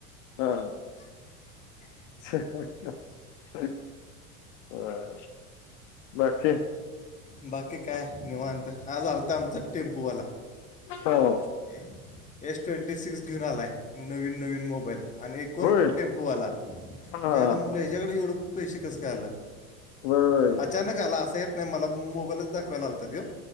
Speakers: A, on the left; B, on the left.
A: हां.
B: <inaudible>
A: हं हं हं होय बाकी.
B: बाकी काय निवांत आज आलता आमचा टेम्पोवाला.
A: हो.
B: ए एस ट्वेंटी सिक्स घेऊन आलाय नवीन नवीन मोबाईल आणि कोण
A: होय
B: टेम्प बोला
A: हां, हां.
B: हेच्या आईला म्हणलं याच्याकडे एवढ पैसे कसं काय आलं?
A: बरोबर आहे.
B: अचानक आला अस येत नाही मला मोबाईलचं दाखवायला आलता त्यो